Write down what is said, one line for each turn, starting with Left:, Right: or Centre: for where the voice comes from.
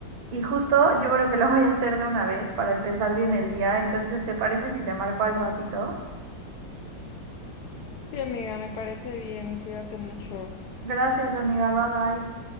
Right: Y justo yo creo que lo voy a hacer de una vez para empezar bien el día. Entonces, ¿te parece si te marco al ratito?
Left: Sí, amiga, me parece bien, cuídate mucho.
Right: Gracias, amiga. Bye bye.